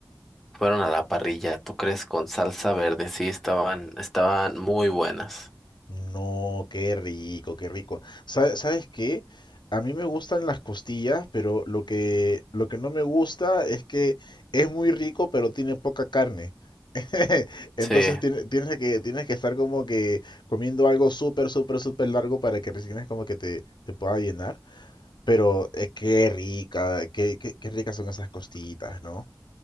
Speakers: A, in the centre; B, on the left.
A: Fueron a la parrilla, ¿tú crees? Con salsa verde, sí, estaban, estaban muy buenas.
B: No, qué rico, qué rico. Sa- ¿Sabes qué? A mí me gustan las costillas, pero lo que, lo que no me gusta es que es muy rico, pero tiene poca carne. <laughs> Entonces
A: Sí.
B: tiene- tienes que, tienes que estar como que comiendo algo súper, súper, súper largo para que recién es como que te, te pueda llenar. Pero eh, qué rica, qué, qué, qué ricas son esas costillitas, ¿no?